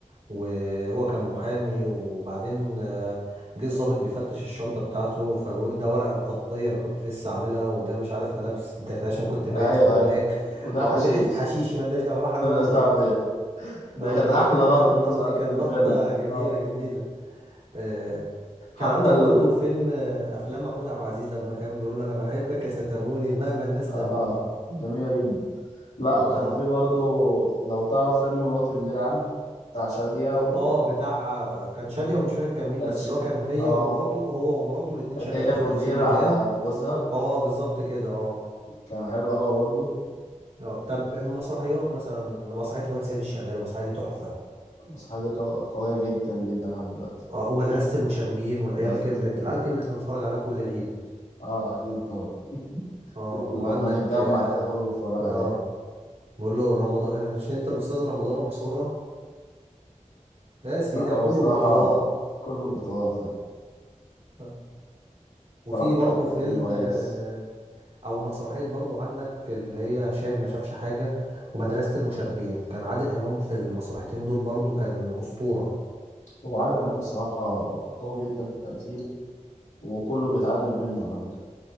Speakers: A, on the right (about 55°); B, on the left (about 75°).
A: وهو كان محامي وبعدين آه، جه الضابط بيفتش الشنطه بتاعته فبيقول ده ورق قضيه انا كنت لسه عاملها وده مش عارف ملابس داخليه عشان كنت بايت
B: أيوه
A: في هناك
B: أيوه وده
A: آه،
B: حشيش
A: ودي حته حشيش مالناش دعوه
B: <laughs>
A: راح رماها
B: مالناش
A: من
B: دعوة
A: القطر
B: بيه ده
A: اه
B: كانت
A: فاكر
B: أحلى لقطة
A: انت اللقطه
B: في المسا...
A: دي كان
B: في الفيلم
A: لقطه جميله
B: اه
A: جميله آه،
B: حتى
A: كان عندك
B: ال
A: برضو فيلم آه، افلام محمود عبد العزيز لما كان بيقول له انا بحبك يا ستموني مهما الناس
B: آه
A: لموني
B: جميلة جدا لا وكان
A: اه
B: في برضه لو تعرف فيلم مراتي مدير عام بتاع شادية وكانت
A: اه بتاع آه، كان شادية ومش فاكر كان مين بس
B: ش...
A: اللي هو كان هي
B: اه
A: ومراته هو ومراته الاتنين
B: كانت
A: شغالين
B: هي المدير
A: في نفس المكان
B: على جوزها
A: اه بالظبط كده اه
B: كان حلو قوي برضه
A: اه طب المسرحيات مثلا مسرحية الواد سيد الشغال المسرحية دي تحفة
B: المسرحية دي قو- قوية جدا جدا لحد دلوقتي
A: اه ومدرسة المشاغبين والعيال
B: مدرسة
A: كبرت
B: المشاغبين
A: العيال كبرت اللي بنتفرج عليها كل عيد
B: اه اكيد طبعا <laughs>
A: اه
B: فت-
A: وعندك
B: لما نتجمع
A: اه,
B: كده كله بيتفرج
A: آه
B: عليها
A: بقول له رمضان آه، مش انت الاستاذ رمضان ابو سره يا سيدي
B: لا هو
A: كله
B: بصراحة
A: برتقال
B: كله برتقال صحيح
A: آه.
B: اتفرجت
A: وفي برضه
B: على
A: فيلم
B: تاني كويس
A: آه، او مسرحيه برضه عندك اللي هي شاهد ما شافش حاجه ومدرسه المشاغبين كان عادل امام في المسرحيتين دول برضه كان اسطوره
B: هو عادل إمام بصراحة قوي جدا في التمثيل وكله بيتعلم منه على فكرة